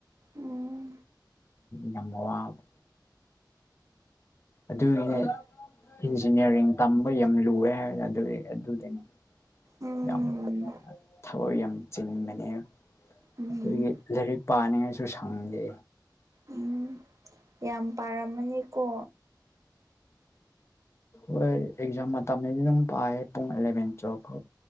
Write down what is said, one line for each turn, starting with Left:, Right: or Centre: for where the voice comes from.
Right: ꯎꯝ
Left: ꯌꯥꯝ ꯋꯥꯕ ꯑꯗꯨꯒꯤꯅꯦ
Right: ꯍꯣꯏ
Left: ꯏꯟꯖꯤꯅꯤꯌꯥꯔꯤꯡ ꯇꯝꯕ ꯌꯥꯝ ꯂꯨꯑꯦ ꯍꯥꯏ ꯑꯗꯨ ꯑꯗꯨꯗꯤꯅꯦ
Right: ꯎꯝ
Left: ꯌꯥꯝ ꯊꯕꯛ ꯌꯥꯝ ꯆꯤꯟꯕꯅꯦ
Right: ꯎꯝ
Left: ꯑꯗꯨꯒꯤ ꯂꯥꯏꯔꯤꯛ ꯄꯥꯅꯤꯡꯉꯥꯏꯁꯨ ꯁꯪꯗꯦ
Right: ꯎꯝ ꯌꯥꯝ ꯄꯥꯔꯝꯃꯅꯤꯀꯣ
Left: ꯍꯣꯏ ꯑꯦꯛꯖꯝ ꯃꯥꯇꯝꯃꯦꯅ ꯄꯥꯏꯌꯦ ꯄꯨꯡ ꯑꯦꯂꯚꯦꯟ ꯇꯨꯋꯜꯐ